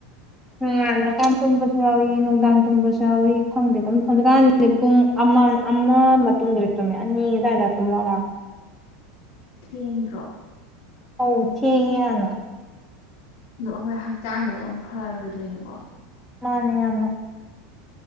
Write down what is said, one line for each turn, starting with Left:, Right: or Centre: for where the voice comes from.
Centre: ꯅꯣꯉꯥꯜꯂ ꯀꯥꯟ ꯇꯨꯝꯕꯁꯨ ꯌꯥꯎꯏ ꯅꯨꯡꯗꯥꯡ ꯇꯨꯝꯕꯁꯨ ꯌꯥꯎꯏ ꯈꯪꯗꯦ ꯑꯗꯨꯝ ꯍꯧꯖꯤꯛꯀꯥꯟꯗꯗꯤ ꯄꯨꯡ ꯑꯃ ꯑꯃ ꯇꯨꯝꯕꯨꯗꯤ ꯇꯨꯝꯃꯦ ꯑꯅꯤ ꯑꯗꯥꯏ ꯇꯨꯝꯃꯕ
Left: ꯊꯦꯡꯗꯔꯣ
Centre: ꯑꯧ ꯊꯦꯡꯉꯦ ꯌꯥꯝꯅ
Left: ꯑꯗꯣ ꯑꯩꯈꯣꯏ ꯍꯛꯆꯥꯡꯗꯗꯤ ꯑꯃꯨꯛ ꯐꯔꯔꯣꯏꯗꯣꯏꯅꯤꯀꯣ
Centre: ꯃꯥꯅꯦ ꯌꯥꯃꯅ